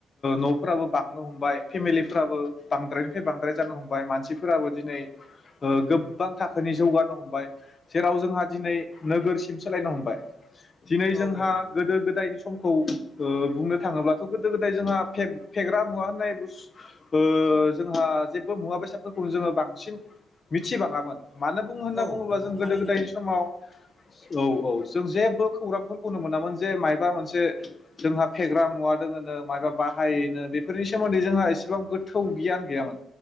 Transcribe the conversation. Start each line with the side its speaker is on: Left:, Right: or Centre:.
Left: नफोराबो बांनो हमबाय फेमिलिफ्राबो बांद्रायनिफ्राय बांद्राय जानो हमबाय मानसिफोराबो दिनै गोबां थाखोनि जौगानो हमबाय जेराव जोंहा दिनै नोगोरसिम सोलायनो हमबाय दिनै
Centre: औ
Left: जोंहा
Centre: औ नंगौ
Left: गोदो गोदायनि सम बुंनो थाङोब्लाथ गोदो गोदाय जोंहा फेग्रा मुवा होननाय बुस जोंहा जेबो मुवा बेसादफोरखौ जोङो बांसिन मिथिबाङामोन मानो बुङो होनना
Centre: औ
Left: बुङोब्ला
Centre: नंगौ
Left: जों
Centre: थारैनो
Left: गोदो गोदायनि समाव औ औ जों जेबो खौरांफोरखौनो मोनामोन जे मायबा मोनसे जोंहा फेग्रा मुवा दङोनो मायबा बाहायोनो बेफोरनि सोमोन्दै जोंहा इसेबां गो थौ गियान गैयामोन